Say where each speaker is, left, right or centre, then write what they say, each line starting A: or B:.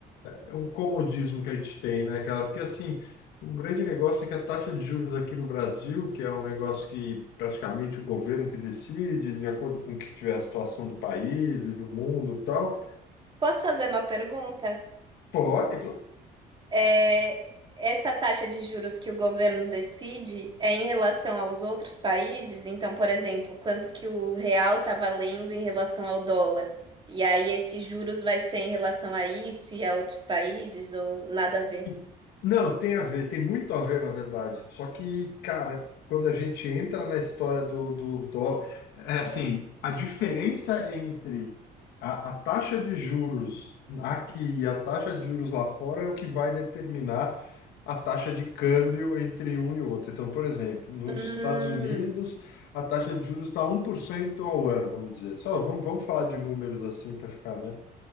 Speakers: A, on the left; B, on the right.
A: é um comodismo que a gente tem, né, cara? Porque assim, o grande negócio é que a taxa de juros aqui no Brasil, que é um negócio que praticamente o governo que decide, de acordo com o que tiver a situação do país e do mundo e tal,
B: Posso fazer uma pergunta?
A: pode,
B: É, essa taxa de juros que o governo decide é em relação aos outros países? Então, por exemplo, quanto que o real está valendo em relação ao dólar? E aí, esses juros vai ser em relação a isso e a outros países ou nada a ver?
A: E- Não, tem a ver, tem muito a ver, na verdade. Só que, cara, quando a gente entra na história do, do dólar, é assim, a diferença entre a, a taxa de juros aqui e a taxa de juros lá fora é o que vai determinar a taxa de câmbio entre um e outro. Então, por exemplo, nos
B: Hum,
A: Estados Unidos, a taxa de juros está um por cento ao ano, vamos dizer. Só vamos, vamos falar de números assim para ficar, né?